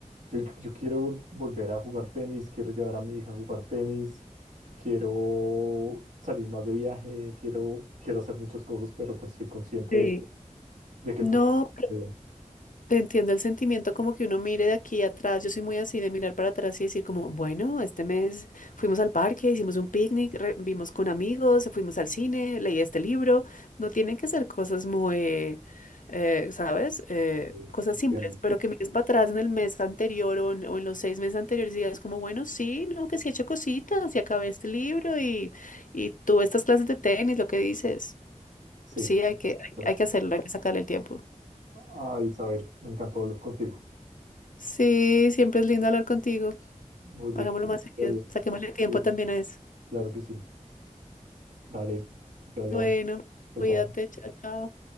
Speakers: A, on the right; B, on the left.
A: yo, yo quiero vol- volver a jugar tenis, quiero llevar a mi hija a jugar tenis, quiero salir más de viaje, quiero, quiero hacer muchas cosas, pero pues soy consciente
B: Sí.
A: de, de que
B: No,
A: tocar. Sí,
B: Te entiendo el sentimiento como que uno mire de aquí atrás. Yo soy muy así de mirar para atrás y decir como, bueno, este mes fuimos al parque, hicimos un picnic, re- vimos con amigos, fuimos al cine, leí este libro. No tienen que ser cosas muy, eh, ¿sabes? Eh,
A: sí,
B: cosas
A: entiendo.
B: simples, pero que mires para atrás en el mes anterior o en, o en los seis meses anteriores y digas como, bueno, sí, no, que sí he hecho cositas y acabé este libro y, y tuve estas clases de tenis, lo que dices.
A: Sí,
B: Sí, hay que,
A: pero-
B: hay que hacerlo, hay que sacarle el tiempo.
A: ah, Isabel, me encantó hablar contigo.
B: Sí, siempre es lindo hablar contigo.
A: Oye,
B: Hagámoslo más seguido.
A: eh,
B: Saquémosle tiempo
A: eh,
B: también a eso.
A: claro que sí. Dale, que te vaya
B: Bueno,
A: bueno. Chao,
B: cuídate,
A: chao.
B: chao, chao.